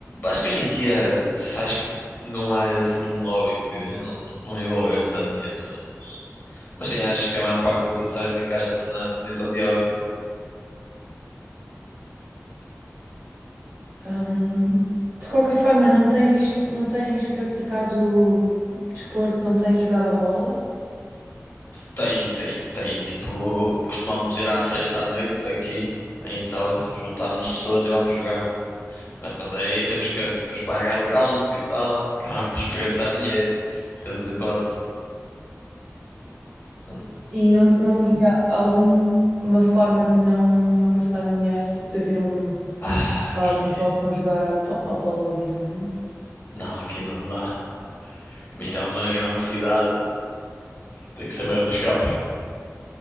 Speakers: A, on the left; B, on the right.
A: Acho que hoje em dia, acho que não há assim um hobby que não, não envolva gastar dinheiro, mas, mas sim, acho que a maior parte do que tu disseste encaixa-se na definição de hobby.
B: Hum, de qualquer forma, não tens, não tens praticado desporto, não tens jogado a bola
A: Tem, tem, tem, tipo, costumamos ir à sexta à noite aqui em Itália, tipo, juntámos-nos todos e vamos jogar. Ah, Mas aí temos que, temos que pagar o campo e tal, <laughs> acabamos por gastar dinheiro, temos
B: Sim.
A: hipótese. Mas
B: e não, não havia alguma forma de não, não gastarem dinheiro, tipo de haver um,
A: ah,
B: um resultado
A: aqui,
B: em que possam jogar a, bo- a bola livremente?
A: não, aqui não dá. Mas Isto é uma grande cidade, tem que saber dos capos.